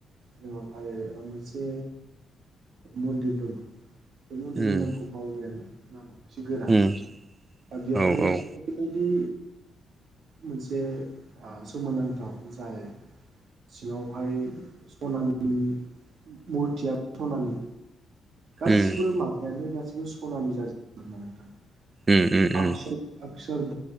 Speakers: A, on the right (about 65°); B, on the right (about 30°).
A: जोंनावहाय मोनसे मन्दिर दं। बे मन्दिरनि
B: उम
A: नामखौ बावबाय आङो नामा एसे गोरा
B: उम
A: नोंथां बेयावहाय
B: औ औ
A: बेबायदि मोनसे आ सोमोनांथाव जाय सिङावहाय सनानि मुरथिया सनानि गासिबो
B: उम
A: माबायानो गासिबो सनानि जाजो <unintelligible> नोंथां।
B: उम उम
A: <unintelligible>
B: उम